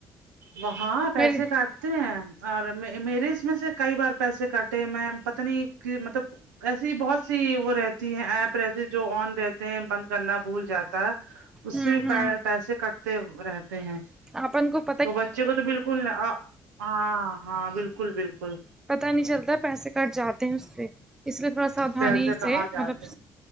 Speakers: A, on the right; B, in the centre.
A: وہ ہاں پیسے
B: میرے
A: کاٹ ہیں اور میرے اس میں سے کئی بار پیسے کاٹے میں پتا نہیں کہ مطلب ایسی بہت سی وہ رہتی ہیں ایپ رہتی جو آن رہتے ہیں بند کرنا بھول جاتے اس سے
B: ہوں
A: بھی
B: ہوں
A: پیسے کٹتے رہتے ہیں
B: اپن خ <unintelligible>
A: تو بچے کو تو بالکل ہاں ہاں بالکل بالکل
B: پتاہ نہیں چلتا پیسے کٹ جاتے اس سے اس لیے تھوڑا سا ساھانی
A: پیسے کہاں
B: سے
A: جاتے
B: مطلب